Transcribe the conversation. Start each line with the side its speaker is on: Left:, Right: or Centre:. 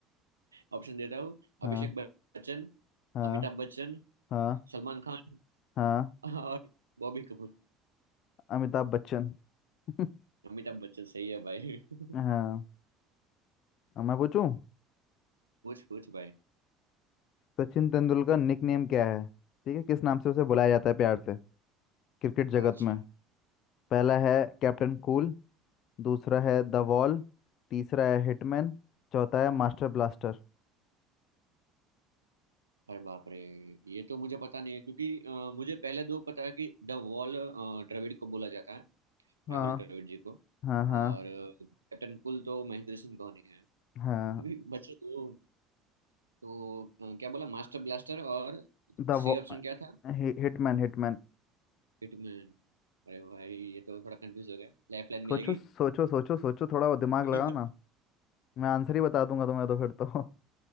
Right: ऑप्शन देता हूँ अभिषेक
Left: हाँ
Right: बच्चन
Left: हाँ
Right: अमिताभ बच्चन
Left: हाँ
Right: सलमान खान
Left: हाँ
Right: और बॉबी कपूर
Left: अमिताभ बच्चन <laughs>
Right: अमिताभ बच्चन सही है भाई <laughs>
Left: हाँ अब मैं पूछूं
Right: पूछ पूछ भाई
Left: सचिन तेंदुलकर निक नेम क्या है ठीक है किस नाम से उसे बुलाया जाता है प्यार से क्रिकेट जगत
Right: अच्छा
Left: में पहला है कैप्टन कूल दूसरा है द वॉल तीसरा है हिटमैन चौथा है मास्टर ब्लास्टर
Right: अरे बाप रे ये तो मुझे पता नहीं है क्योंकि अ, मुझे पहले दो पता है कि द वॉल द्रविड़ को बोला जाता है
Left: हाँ
Right: राहुल द्रविड़ जी को
Left: हाँ हाँ
Right: और अ, कैप्टन कुल तो महेंद्र सिंह धोनी है
Left: हाँ
Right: अभी बचे दो तो अ, क्या बोला मास्टर ब्लास्टर और
Left: द
Right: सी
Left: वो
Right: ऑप्शन
Left: हि,
Right: क्या था
Left: हिटमैन हिटमैन
Right: हिटमैन अरे भाई ये तो थोड़ा कंफ्यूज हो गया लाइफ लाइन
Left: सोचो
Right: मिलेगी
Left: सोचो सोचो सोचो थोड़ा वो दिमाग
Right: <laughs>
Left: लगाओ ना मैं आंसर ही बता दूंगा तुम्हें तो फिर तो